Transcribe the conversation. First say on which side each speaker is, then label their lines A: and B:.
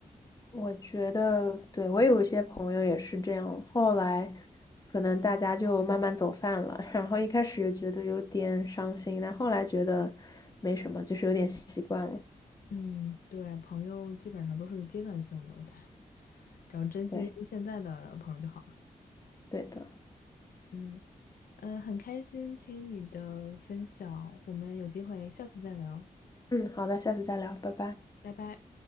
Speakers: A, on the left (about 25°); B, on the left (about 85°).
A: 我觉得，对，我有一些朋友也是这样，后来可能大家就慢慢走散了，<laughs> 然后一开始也觉得有点伤心，但后来觉得没什么，就是有点习惯了。
B: 嗯，对，朋友基本上都是阶段性的，<laughs> 对，只要珍惜现在的朋友就好了。
A: 对，对的。
B: 嗯，呃，很开心听你的分享，我们有机会下次再聊，
A: 嗯，好的，下次再聊，拜拜。
B: 拜拜。